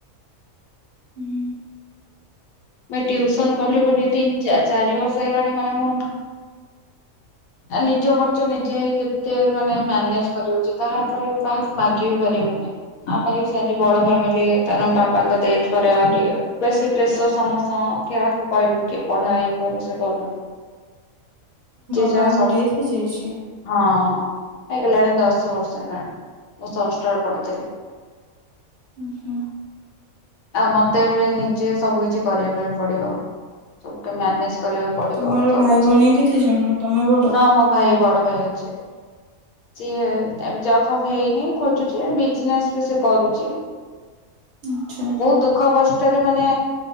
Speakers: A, on the right; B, on the left.
A: ହୁଁ ।
B: ମୁଇ ଟ୍ୟଉସନ କଲି ବୋଲି ତିନି ଚା ଚାରି ବର୍ଷ ହେଲାଣି ମାନେ ମୁଁ ଆ ନିଜ ଖର୍ଚ ନିଜେ ଏଇ କେତେ ମାନେ ମ୍ୟାନେଜ କରି ହଉଛି କାହାଠାରୁ କାହାକୁ ମାଗି ବି ପାରିବୁନି ଆମର ବି ସେମତି ବଡ ଫାମିଲି ତାରେ ଆମ ବାପାଙ୍କ ଡେଥ ପରେ ଆହୁରି ବେଶୀ ପ୍ରେସର ସମସ୍ତଙ୍କ କା କହିବୁ କିଏ କୁଆଡେ ହା ଇଏ କର ସେ କରୁନା-
A: ବାପା
B: ଯାହା
A: ଙ୍କ
B: ସବୁ
A: ଡେଥ ହେଇଯାଇଛି।
B: ହଁ ହେଇଗଲଣି ଦଶ ବର୍ଷ ହେଲାଣି ମୁଁ ଷଷ୍ଟରେ ପଡୁଥିଲି।
A: ଉଁ ହୁଁ ।
B: ଆଉ ମତେ ବି ନିଜେ ସବୁ କିଛି କରିବା ପାଇଁ ପଡିବ। ସବୁ ମ୍ୟାନେଜ କରିବାକୁ ପଡିବ
A: ତମର
B: ସବୁ
A: ଭାଇ
B: କିଛି
A: ଭଉଣୀ କେତେ ଜଣ ତମେ ବଡ?
B: ହଁ ମୋ ଭାଇ ବଡ ଭାଇ ଅଛି ସିଏ ଏବେ ଜବ୍ ସବ ହେଇନି ଖୋଜୁଛି ବିଜନେସ ବି ସେ କରୁଛି ।
A: ଆଚ୍ଛା ଆଚ୍ଛା
B: ବହୁତ ଦୁଃଖ କଷ୍ ଷ୍ଟ ରେ ମାନେ